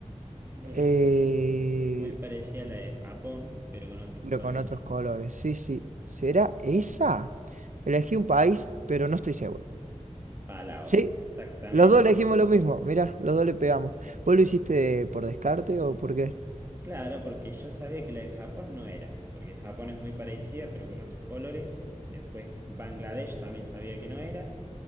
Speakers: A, on the right; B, on the right.
A: Bien,
B: Eh,
A: es muy parecida a la de Japón, pero con otros
B: pero
A: colores.
B: con otros colores. Sí, sí. ¿Será esa? Elegí un país, pero no estoy seguro.
A: Palaos,
B: Sí,
A: exactamente.
B: los dos elegimos lo mismo. Mirá, los dos le pegamos. ¿Vos lo hiciste por descarte o por qué?
A: Claro, porque yo sabía que la de Japón no era, porque Japón es muy parecida, pero con otros colores. Después Bangladesh también sabía que no era.